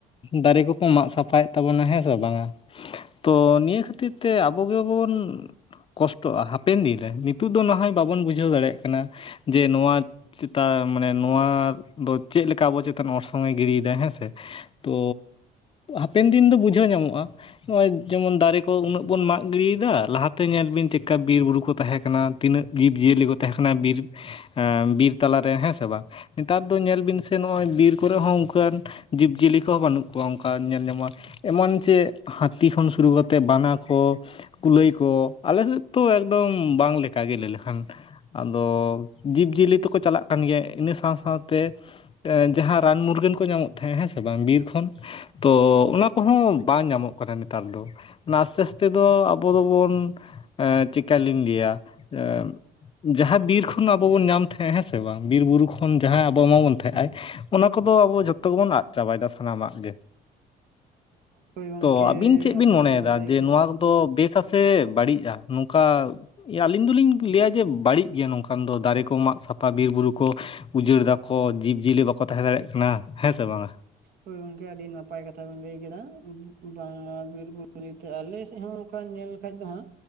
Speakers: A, on the left; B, on the right.
A: ᱫᱟᱨᱮ ᱠᱚᱠᱚ ᱢᱟᱜ ᱥᱟᱯᱷᱟᱭᱮᱫ ᱛᱟᱵᱚᱱᱟ ᱦᱮᱸ ᱥᱮ ᱵᱟᱝᱼᱟ᱾ ᱛᱚ ᱱᱤᱭᱟᱹ ᱠᱷᱟᱹᱛᱤᱨ ᱛᱮ ᱟᱵᱚ ᱜᱮᱵᱚᱱᱼᱼ ᱠᱚᱥᱴᱚᱜ-ᱟ ᱦᱟᱯᱮᱱ ᱫᱤᱱ ᱨᱮ, ᱱᱤᱛᱩᱜ ᱫᱚ ᱱᱟᱦᱟᱭ ᱵᱟᱵᱚᱱ ᱵᱩᱡᱷᱟᱹᱣ ᱫᱟᱲᱮᱭᱟᱜ ᱠᱟᱱᱟ, ᱡᱮ ᱱᱚᱣᱟ ᱪᱮᱛᱟ ᱢᱟᱱᱮ ᱱᱚᱣᱟ ᱫᱚ ᱪᱮᱫ ᱞᱮᱠᱟ ᱟᱵᱚ ᱪᱮᱛᱼᱼ ᱛᱟᱱ ᱚᱥᱚᱢᱚᱭ ᱜᱤᱲᱤᱭ ᱫᱟᱭ ᱦᱮᱸ ᱥᱮ ᱛᱚ ᱦᱟᱯᱮᱱ ᱫᱤᱱ ᱫᱚ ᱵᱩᱡᱷᱟᱹᱣ ᱧᱟᱢᱚᱜᱼᱟ᱾ ᱱᱚᱸᱜ-ᱚᱭ ᱡᱮᱢᱚᱱ ᱫᱟᱨᱮ ᱠᱚ ᱩᱱᱟᱹᱜ ᱵᱚᱱ ᱢᱟᱜ ᱜᱤᱰᱤᱭ ᱫᱟ ᱞᱟᱦᱟ ᱛᱮ ᱧᱮᱞ ᱵᱤᱱ ᱪᱮᱜ ᱠᱟ ᱵᱤᱨ ᱵᱩᱨᱩ ᱠᱚ ᱛᱟᱦᱮᱸ ᱠᱟᱱᱟ, ᱛᱤᱱᱟᱹᱜ ᱡᱤᱵᱼᱡᱤᱭᱟᱹᱞᱤ ᱠᱚ ᱛᱟᱦᱮᱸ ᱠᱟᱱᱟ ᱵᱤᱨ ᱮᱸ ᱵᱤᱨ ᱛᱟᱞᱟᱨᱮ ᱦᱮᱸ ᱥᱮ ᱵᱟᱝ ᱱᱮᱛᱟᱨ ᱫᱚ ᱧᱮᱞ ᱵᱤᱱ ᱥᱮ ᱱᱚᱸᱜᱼᱚᱭ ᱵᱤᱨ ᱠᱚᱨᱮ ᱦᱚᱸ ᱚᱝᱠᱟᱱ ᱡᱤᱵᱽ ᱡᱤᱭᱟᱹᱞᱤ ᱠᱚᱦᱚᱸ ᱵᱟᱹᱱᱩᱜ ᱠᱚᱣᱟ ᱚᱝᱠᱟᱱ ᱧᱮᱞ ᱧᱟᱢᱼᱟ, ᱮᱢᱟᱱ ᱪᱮᱫ ᱦᱟᱹᱛᱤ ᱠᱷᱚᱱ ᱥᱩᱨᱩ ᱠᱟᱛᱮᱫ ᱵᱟᱱᱟ ᱠᱚ ᱠᱩᱞᱟᱹᱭ ᱠᱚ ᱟᱞᱮ ᱥᱮᱫ ᱛᱚ ᱮᱠᱫᱚᱢ ᱵᱟᱝ ᱞᱮᱠᱟ ᱜᱮ ᱞᱟᱹᱭ ᱞᱮᱠᱷᱟᱱ᱾ ᱟᱫᱚ ᱡᱤᱵᱽ ᱡᱤᱭᱟᱹᱞᱤ ᱛᱚᱠᱚ ᱪᱟᱞᱟᱜ ᱠᱟᱱ ᱜᱮᱭᱟ ᱤᱱᱟᱹ ᱥᱟᱶ-ᱥᱟᱶᱛᱮ ᱮᱸ ᱡᱟᱦᱟᱸ ᱨᱟᱱ ᱢᱩᱨᱜᱟᱹᱱ ᱠᱚ ᱧᱟᱢᱚᱜ ᱛᱟᱦᱮᱸᱫ ᱦᱮᱸ ᱥᱮ ᱵᱟᱝ ᱵᱤᱨ ᱠᱷᱚᱱ, ᱛᱚ ᱚᱱᱟ ᱠᱚᱦᱚᱸ ᱵᱟᱝ ᱧᱟᱢᱚᱜ ᱠᱟᱱᱟ ᱱᱮᱛᱟᱨ ᱫᱚ᱾ ᱚᱱᱟ ᱟᱥᱛᱮ ᱟᱥᱛᱮ ᱫᱚ ᱟᱵᱚ ᱫᱚᱵᱚᱱ ᱮᱸ ᱪᱤᱠᱟᱹᱞᱤᱧ ᱞᱮᱭᱟ ᱮᱫ ᱡᱟᱦᱟᱸ ᱵᱤᱨ ᱠᱷᱚᱱ ᱟᱵᱚ ᱵᱚᱱ ᱧᱟᱢ ᱛᱟᱦᱮᱸᱜ ᱦᱮᱸᱥᱮ ᱵᱟᱝ ᱵᱤᱨ ᱵᱩᱨᱩ ᱠᱷᱚᱱ ᱡᱟᱦᱟᱸ ᱟᱵᱚ ᱮᱢᱟ ᱵᱚᱱ ᱛᱟᱦᱮᱸᱡ ᱟᱭ ᱚᱱᱟ ᱠᱚᱫᱚ ᱟᱵᱚ ᱡᱷᱚᱛᱚ ᱜᱮᱵᱚᱱ ᱟᱫ ᱪᱟᱵᱟᱭᱫᱟ ᱥᱟᱱᱟᱢᱟᱜ ᱜᱮ᱾
B: ᱦᱳᱭ ᱜᱚᱝᱠᱮ
A: ᱛᱚ ᱟᱵᱤᱱ ᱪᱮᱫ ᱵᱤᱱ
B: ᱟᱯᱮ
A: ᱢᱚᱱᱮᱭᱫᱟ
B: ᱥᱮᱱᱟᱜ ᱢᱟᱢ ᱞᱟᱹᱭ
A: ᱡᱮ
B: ᱠᱮᱫ
A: ᱱᱚᱣᱟ ᱫᱚ ᱵᱮᱥ ᱟᱥᱮ ᱵᱟᱹᱲᱤᱡᱼᱟ ᱱᱚᱝᱠᱟ ᱟᱹᱞᱤᱧ ᱫᱚᱞᱤᱧ ᱞᱟᱹᱭᱟ ᱡᱮ ᱵᱟᱹᱲᱤᱡ ᱜᱮᱭᱟ ᱱᱚᱝᱠᱟᱱ ᱫᱚ ᱫᱟᱨᱮ ᱠᱚ ᱢᱟᱜ ᱥᱟᱯᱷᱟ ᱵᱤᱨᱼᱵᱩᱨᱩ ᱠᱚ ᱩᱡᱟᱹᱲ ᱫᱟᱠᱚ ᱡᱤᱵᱽᱼᱡᱤᱭᱟᱹᱞᱤ ᱵᱟᱠᱚ ᱛᱟᱦᱮᱸ ᱫᱟᱲᱮᱭᱟᱜ ᱠᱟᱱᱟ ᱦᱮᱸᱥᱮ ᱵᱟᱝᱟ?
B: ᱦᱳᱭ ᱜᱚᱝᱠᱮ ᱟᱹᱰᱤ ᱱᱟᱯᱟᱭ ᱠᱟᱛᱷᱟ ᱵᱮᱱ ᱞᱟᱹᱭ ᱠᱮᱫᱟ ᱵᱟᱝᱢᱟ ᱵᱤᱨᱼᱵᱩᱨᱩ ᱛᱚ ᱟᱞᱮ ᱥᱮᱫ ᱦᱚᱸ ᱚᱝᱠᱟ ᱧᱮᱞ ᱞᱮᱠᱷᱟᱡ ᱫᱚ ᱦᱟᱸᱜ